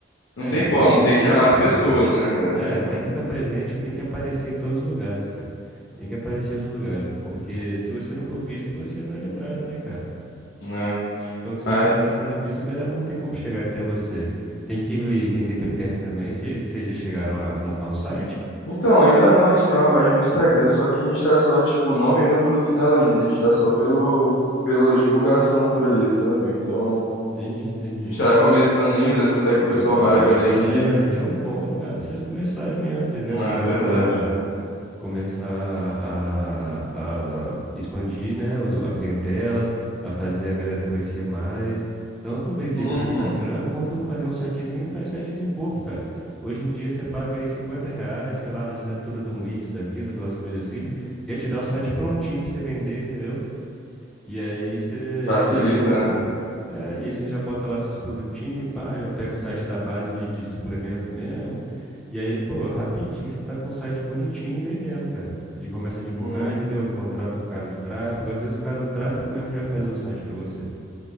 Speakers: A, on the left (about 70°); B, in the centre.
A: não
B: É,
A: tem como.
B: tem que tem
A: Tem que
B: que
A: chamar
B: estar presente.
A: as pessoas, né, cara?
B: É,
A: Tem que chamar
B: tem
A: as
B: que estar
A: pessoas.
B: presente
A: sim.
B: e tem que aparecer em todos os lugares, cara. Tem que aparecer nos lugares, porque se você não for visto, você não é lembrado, né, cara?
A: É.
B: Então, se você
A: Mas,
B: não tá sendo visto, a galera não tem como chegar até você. Tem que vi- vender pela internet também. Vocês vocês já chegaram a montar um site?
A: então, ainda não, a gente tem uma página no Instagram, só que a gente tá só, tipo, não vendendo produto nela ainda, a gente tá só pelo, pela divulgação por ali, sabe? Então,
B: Entendi, entendi.
A: a gente tá começando ainda, só segue
B: Pô,
A: o pessoal
B: então,
A: mais da academia,
B: acho que a internet é um bom lugar pra vocês começarem mesmo, entendeu?
A: É
B: Começar.
A: verdade, né?
B: começar a, a expandir, né, o- a clientela, a fazer a galera conhecer mais, tanto vender
A: Uhum.
B: pelo Instagram quanto fazer um sitezinho, faz um sitezinho bobo, cara. Hoje em dia você paga aí 50 reais, sei lá, na assinatura de um Wix da vida, de umas coisas assim, já te dá o site prontinho pra você vender, entendeu? E aí você,
A: Facilita,
B: e aí você, pô,
A: né?
B: é, e aí você já bota lá seus produtinhos, pá, já pega o site da base de, de suplemento mesmo. E aí, pô, rapidinho você tá com o site bonitinho vendendo, cara. De começa a divulgar,
A: Hum.
B: entendeu? Contrata um cara de tráfego, às vezes o cara do tráfego mesmo já faz o site pra você.